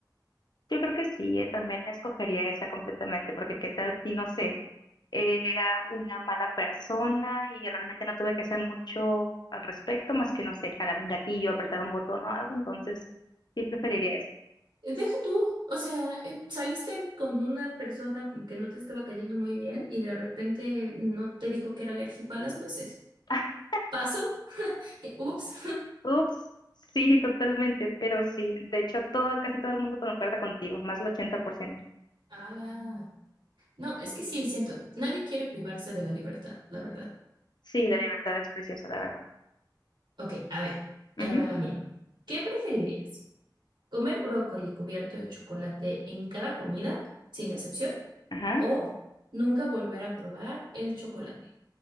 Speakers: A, on the left; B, on the right.
A: Yo creo que sí, eh, también escogería esa completamente, porque qué tal si, no sé, era una mala persona y realmente no tuve que hacer mucho al respecto, más que, no sé, jalar un gatillo, apretar un botón o algo, entonces sí preferiría eso.
B: Eh, Deja tú, o sea, eh, saliste con una persona como que no te estaba cayendo muy bien y de repente no te dijo que era alérgico a las nueces.
A: <laughs>
B: ¿Pasó? <laughs> Ups.
A: Ups, sí, totalmente, pero sí, de hecho todo, casi todo el mundo concuerda contigo, más del ochenta por ciento
B: <laughs> Ala. No, es que sí, siento, nadie quiere privarse de la libertad, la verdad.
A: Sí, la libertad es preciosa, la verdad.
B: Ok, a ver, ahí
A: Ujú,
B: va la mía. ¿Qué preferirías? ¿Comer brócoli cubierto de chocolate en cada comida, sin excepción?
A: Ajá,
B: ¿O nunca volver a probar el chocolate